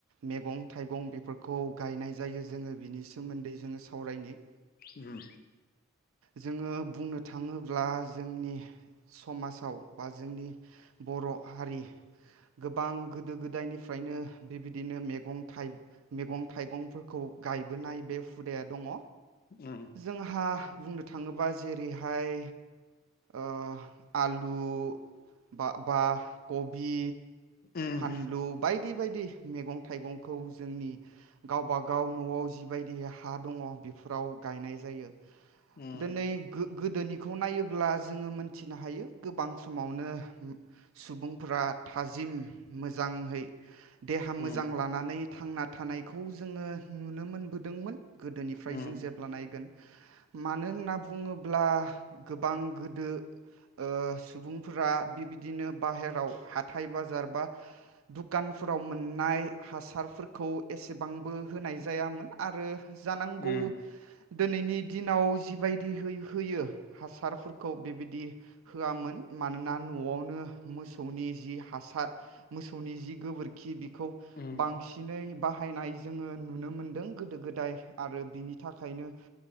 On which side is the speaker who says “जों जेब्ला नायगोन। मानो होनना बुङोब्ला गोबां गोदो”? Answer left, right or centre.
Right